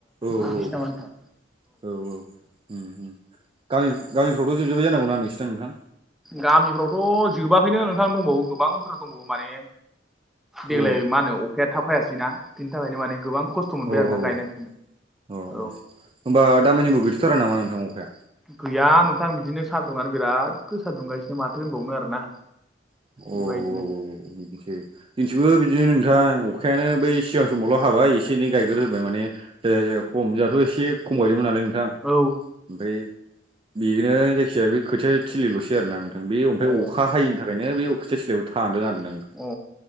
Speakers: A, on the right; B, in the centre.
A: औ औ
B: बिदिसो
A: औ
B: नामा नोंथां
A: औ उम उम गामि गामिफ्रावथ' जोबजोब्बाय जानांगौना नोंसिना नोंथां
B: गामिफ्रावथ' जोबाखैनो नोंथां दंबावो गोबां बद्रा दंबावो माने देग्लाय
A: अ
B: मा होनो अखाया थाबहायासैना बिनि थाखायनो माने गोबां खस्थ' मोनबाय
A: औ
B: आरोना
A: औ औ
B: गायनो
A: अ
B: औ
A: होमबा दामानिबो गैथ' थारा नामा नोंथां अखाया
B: गैया नोंथां बिदिनो सान्दुंङानो बिराद गोसा दुंगासिनो माथो होनबावनो आरोना
A: अ
B: बेबायदिनो
A: औ औ औ बिनसै बिथिबो बिदिनो नोंथां अखायानो बै सिगां समावल' हाबाय एसे एनै गायग्रो होबाय माने जाया जाया खम दाथ' एसे खमायदोंमोन नालाय नोंथां ओमफ्राय
B: औ
A: बेनो जायखिजाया बे खोथिया थिलिल'सै आरो नोंथां बे ओमफ्राय
B: औ
A: अखा हायैनि थाखायनो बे अखा से थ्लायावबो थांदों आरो नों
B: अ